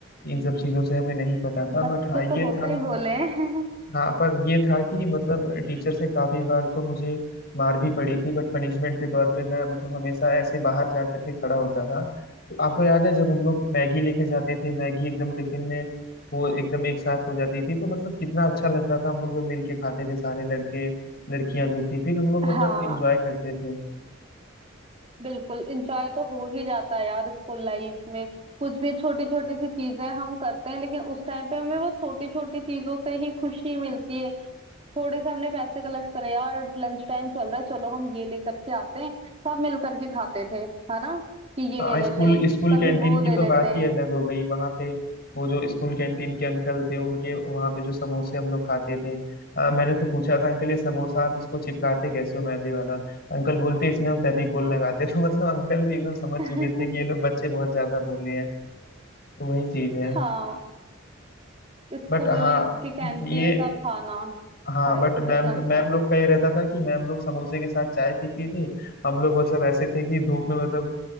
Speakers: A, on the left; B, on the right.
A: इन सब चीजों से हमें नहीं पता था
B: बच्चे
A: बट हाँ ये
B: तो होते
A: था
B: ही भोले हैं
A: हाँ पर ये था कि मतलब टीचर से काफी बार तो मुझे मार भी पड़ी थी बट पनिशमेंट के तौर पे मैं मतलब हमेशा ऐसे बाहर जा करके खड़ा होता था तो आपको याद है जब हम लोग मैगी लेके जाते थे मैगी एकदम टिफिन में वो एकदम एक साथ हो जाती थी तो मतलब कितना अच्छा लगता था हम लोग जब मिल के खाते थे सारे लड़के लड़कियां जो थी फिर हम लोग
B: हाँ
A: मतलब इंजॉय करते थे
B: बिल्कुल इंजॉय तो हो ही जाता है यार स्कूल लाइफ में कुछ भी छोटी छोटी सी चीजें हम करते हैं लेकिन उस टाइम पे हमें वो छोटी छोटी चीजों से ही खुशी मिलती है थोड़े से हमने पैसे कलेक्ट करे यार लंच टाइम चल रहा है चलो हम ये लेकर के आते हैं सब मिल करके खाते थे है ना कि ये
A: हाँ
B: ले लेते
A: स्कूल
B: हैं
A: स्कूल
B: कभी
A: कैंटीन
B: वो
A: की
B: ले
A: तो
B: लेते
A: बात ही अलग हो गई वहां पे वो जो स्कूल कैंटीन के अंकल थे उनके वहां पे जो समोसे हम लोग खाते थे हाँ, मैंने तो पूछा था अंकल ये समोसा आप इसको चिपकाते कैसे हो मैदे वाला अंकल बोलते इसमें हम फेविकोल
B: हैं
A: लगाते हैं।" <laughs> तो मतलब अंकल भी एकदम समझ
B: <laughs>
A: चुके थे कि ये लोग बच्चे बहुत ज्यादा भोले हैं तो वही चीज है
B: हाँ स्कूल
A: बट हाँ
B: की कैंटीन
A: ये
B: का खाना
A: हाँ
B: हाय
A: बट
B: कितना
A: मैम
B: अच्छा
A: मैम लोग का ये रहता था कि मैम लोग समोसे के साथ चाय पीती थी हम लोग मतलब ऐसे थे कि धूप में मतलब